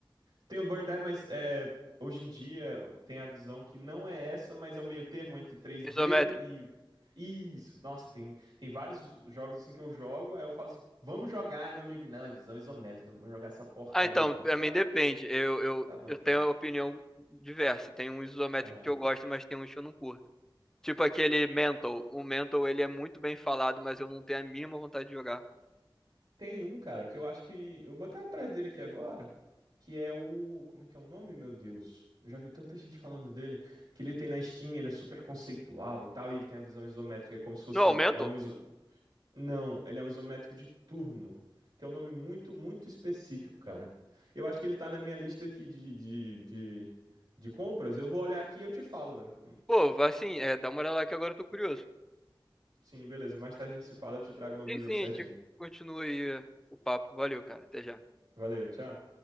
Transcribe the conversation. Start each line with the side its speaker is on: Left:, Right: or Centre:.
Right: Tem o Bird Eye, mas é, hoje em dia tem a visão que não é essa, mas é um meio termo entre 3D
Centre: isométrico.
Right: e. Isso, nossa, tem, tem vários jogos assim que eu jogo, aí eu falo assim, vamos jogar, aí meu amigo, não, é visão isométrica, não vou jogar essa porcaria,
Centre: Ah, então,
Right: não.
Centre: pra
Right: Eu,
Centre: mim
Right: tá,
Centre: depende. Eu, eu,
Right: tá bom
Centre: eu
Right: então.
Centre: tenho opinião diversa. Tem um isométrico
Right: Aham.
Centre: que eu gosto, mas tem uns que eu não curto. Tipo aquele Mental. O Mental, ele é muito bem falado, mas eu não tenho a mínima vontade de jogar.
Right: Tem um, cara, que eu acho que. Eu vou até atrás dele aqui agora. Que é o. Como é que é o nome, meu Deus? Eu já vi tanta gente falando dele. Que ele tem na Steam, ele é super conceitual e tal. E ele tem a visão isométrica, é como se fosse.
Centre: Não, é o Mental?
Right: É um, Não, ele é um isométrico de turno. Tem um nome muito, muito específico, cara. Eu acho que ele tá na minha lista aqui de, de, de, de compras. Eu vou olhar aqui e eu te falo, velho. Hum,
Centre: Pô, vai sim, é, dá uma olhada lá que agora eu tô curioso.
Right: Sim, beleza. Mais tarde a gente se fala, eu te trago o nome
Centre: Sim,
Right: do jogo
Centre: sim,
Right: certinho.
Centre: a gente continua aí eh, o papo. Valeu, cara. Até já.
Right: Valeu, tchau.